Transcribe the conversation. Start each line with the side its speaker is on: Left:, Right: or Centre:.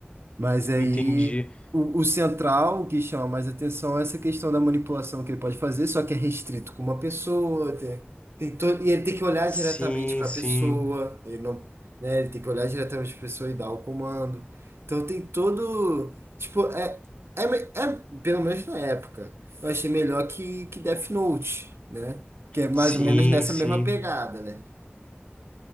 Right: Mas aí
Left: entendi.
Right: o, o central, o que chama mais atenção é essa questão da manipulação que ele pode fazer, só que é restrito com uma pessoa, tem, tem to- e ele tem que olhar
Left: Sim,
Right: diretamente para
Left: sim,
Right: a pessoa, ele não, né, ele tem que olhar diretamente para a pessoa e dar o comando. Então tem todo, tipo, é, é, me- é pelo menos na época, eu achei melhor que, que Death Note, né? Que é mais
Left: sim,
Right: ou menos nessa
Left: sim.
Right: mesma pegada, né?